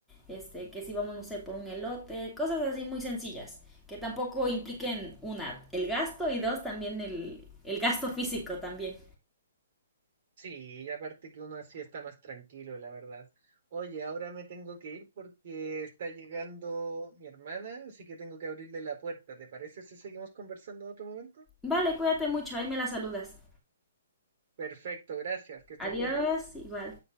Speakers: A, in the centre; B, on the right (about 55°).
A: este, que si vamos, no sé, por un elote, cosas así muy sencillas, que tampoco impliquen, una, el gasto y dos, también el, el gasto físico también.
B: Sí, y aparte que uno así está más tranquilo, la verdad. Oye, ahora me tengo que ir porque está llegando mi hermana, así que tengo que abrirle la puerta. ¿Te parece si seguimos conversando en otro momento?
A: Vale, cuídate mucho, ahí me la saludas.
B: Perfecto, gracias, que estés
A: Adiós,
B: bien.
A: igual.